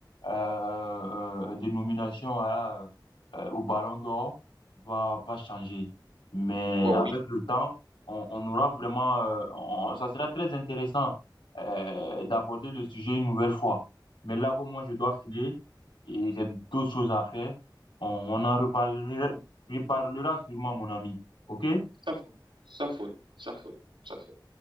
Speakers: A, on the left; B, on the right.
A: euh, euh, de nomination à, euh, euh, au Ballon d'Or va, va changer. Mais
B: Bon,
A: avec
B: oui.
A: le temps, on, on aura vraiment, euh, on- ça sera très intéressant euh, d'aborder le sujet une nouvelle fois. Mais là, comme moi, je dois filer et j'ai d'autres choses à faire, on, on en reparlera, reparlera sûrement, mon ami. OK?
B: Sans faute, sans faute, sans faute, sans faute.